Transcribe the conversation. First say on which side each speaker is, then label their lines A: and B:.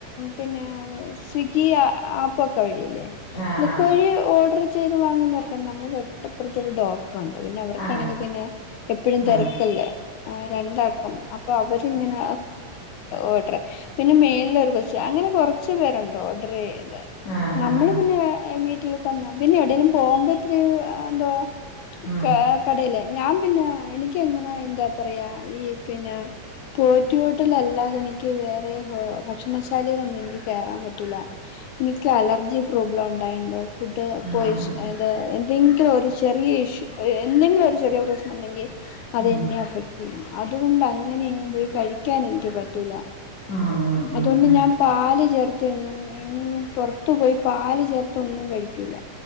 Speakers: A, on the left; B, on the left.
A: പിന്നെ. സ്വിഗ്ഗി ആപ്പൊക്ക വഴില്ലേ.
B: ആ
A: അതൊക്കെ
B: ആ
A: വഴി ഓർഡർ ചെയ്ത് വാങ്ങുന്നവർക്കാണ് നമ്മള് തൊട്ടപ്പുറത്ത ഒരു ഡോ. ക്ടർണ്ട് പിന്നെ അവർക്കാണെങ്കി
B: ആ
A: പിന്നെ എപ്പഴും
B: ആ
A: തിരക്കല്ലേ. ആ രണ്ടാക്കും അപ്പൊ അവരിങ്ങനെ ഓഡർ. പിന്നെ മേളിലൊരു കൊച്ച അങ്ങനെ കുറച്ചു പേരുണ്ട് ഓർഡർ ചെയ്ത്.
B: ആ ആ
A: നമ്മള്
B: ആ ആ
A: പിന്നെ വീട്ടില് തന്നെ പിന്നെ എവിടെങ്കലും പോകുമ്പോ ഇത്ര എന്താ.
B: ഉം
A: ക കടയിലേ ഞാൻ പിന്ന എനിക്ക് എങ്ങനെ എന്താ പറയാ ഈ പിന്ന പോറ്റിഹോട്ടലല്ലാതെനിക്ക് വേറെ ഹോ ഭക്ഷണശാലയിലൊന്നു എനിക്ക് കേറാൻ പറ്റൂല്ല എനിക്ക് അലർജി പ്രോബ്ലം ഒണ്ടായോണ്ട് ഫുഡ്
B: ഉം
A: പോയിസ്
B: ഉം
A: അത് എന്തെങ്കിലോ ഒരു ചെറിയ ഇഷ്യൂ എന്തെങ്കിലു ഒരു ചെറിയ പ്രശ്നം ഒണ്ടെങ്കിൽ അതെന്നെ
B: ഉം ഉം
A: അഫക്ട്യ്യും അതുകൊണ്ട് അങ്ങനെയ എങ്ങും പോയി കഴിക്കാൻ എനിക്ക് പറ്റൂല
B: ഉം ഉം
A: അതുകൊണ്ട്
B: ഉം
A: ഞാൻ പാല് ചേർത്തിയ ഒന്നും എങ്ങും പോർത്തു പോയി പാല് ചേർത്തൊന്നും കഴിക്കൂല